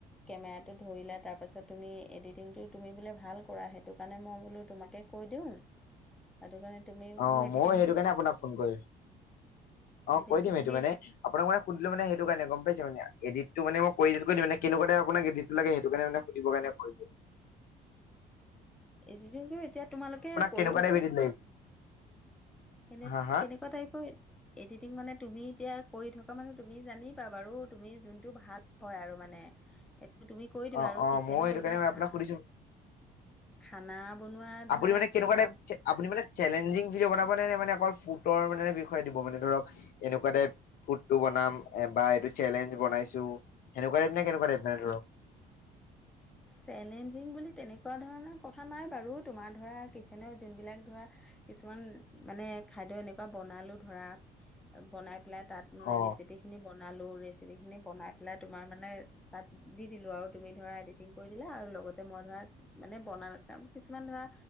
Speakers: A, in the centre; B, on the left (about 60°).
A: কেমেৰাটো ধৰিলো তাৰপাছত তুমি এডিটিংটো তুমি বোলে ভাল কৰা সেইটো কাৰণে মই বোলো তোমাকে কৈ দিওঁ সেইটো কাৰণে তুমি বোলো
B: অ
A: এডিটিংটো
B: ময়ো সেইটো কাৰণে আপোনাক ফোন কৰিম অ
A: এডিটিংটো
B: কৈ দিম সেইটো
A: তুমি
B: মানে আপোনাক মানে সুধিলো মানে সেইটো কাৰণে গম পাইছে মানে এডিত মান মই কৰি দিম মানে কেকুৱা াই আপোনাক এডটো লাগে সেইটো কাৰণোনে সুধিব কাৰণেটো <unintelligible>
A: এই যিটো এতিয়া তোমালোকে কৰি
B: কেনেকুৱা
A: থকা
B: টাইপ এডিট লাগিব
A: কেনে
B: হা হা
A: কেনেকুৱা টাইপৰ এডিটিং মানে তুমি এতিয়া কৰি থকা মানুহ তুমি জানিিবা বাৰু তুমি যোনটো ভাল হয় আৰু মানে
B: <unintelligible>
A: তুমি কৈ দিবা
B: অ
A: আৰু
B: অ
A: কিচেনৰ
B: ময়ো সেইটো
A: এইবিলাক
B: কাৰণে মানে
A: খা
B: আপোনাক সুধিছো
A: খানা বনোৱা
B: আপুনি
A: ধৰা
B: মানে কেনেকুৱা
A: খানা
B: াই আপুনি মানে চেলেঞ্জিং ভিডিঅ' বনাব নে নে মানে অকল ফুটৰ মানে বিষয় দিব মানে ধৰ এনেকুৱা টাইপ ফুট টো ব াম বা এইটো চেলেঞ্জ বনাইছো সেনেকুৱা টাইপ ন কেনেকুৱা টাইপ ন ধৰক
A: চেলেঞ্জিং বুলি তেনেকুৱা ধৰণৰ কথা নাই বাৰু তোমাৰ ধৰা কিচেনৰ যোনবিলাক ধৰা। কিছুমান মানে খাদ্য এনেকুৱা বনালোঁ ধৰা বনাই। পেলাই তাত মানে
B: অ
A: ৰেচিপি খিনি বনাই। বনালোঁ ৰেচিপিখিনি বনাই পেলাই তোমাৰ মানে তাত দি দিলোঁ আৰু তুমি ধৰা এডিটিং কৰি দিলা আৰু লগতে মই ধৰা মানে বনা কিছুমান ধৰা